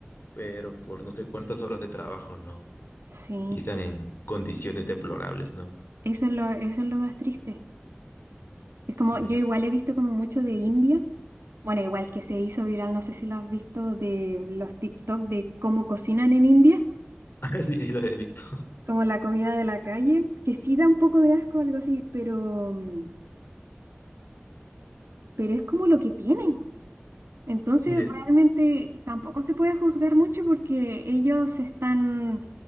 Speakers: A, on the left; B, on the right.
A: pero por no sé cuántas horas de trabajo, ¿no?
B: sí,
A: Y están en condiciones deplorables, ¿no?
B: eso es lo, eso es lo más triste. Es
A: Sí,
B: como,
A: imagínate.
B: yo igual
A: <laughs>
B: he visto como mucho de India, bueno, igual que se hizo viral, no sé si lo has visto, de los TikTok de cómo cocinan en India.
A: Ah, sí, sí, lo he visto.
B: como la comida de la calle, que sí da un poco de asco, algo así, pero, mm, pero es como lo que tienen. Entonces,
A: Sí, de-
B: realmente tampoco se puede juzgar mucho porque ellos se están